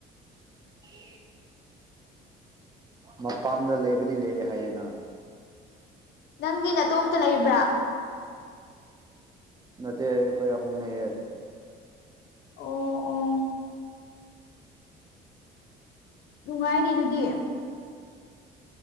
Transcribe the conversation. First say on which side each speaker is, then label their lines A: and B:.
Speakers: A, on the right (about 20°); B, on the left (about 75°).
A: <unintelligible> ꯃꯄꯥꯟꯗ ꯂꯩꯕꯨꯗꯤ ꯂꯩꯑꯦ ꯍꯥꯏꯌꯦ ꯅꯪ
B: ꯅꯪꯗꯤ ꯅꯇꯣꯝꯇ ꯂꯩꯕ꯭ꯔꯥ
A: ꯅꯠꯇꯦ ꯑꯩꯈꯣꯏ ꯑꯍꯨꯝ ꯂꯩꯌꯦ
B: ꯑꯣ ꯑꯣ ꯅꯨꯡꯉꯥꯏꯅꯤ ꯑꯗꯨꯗꯤ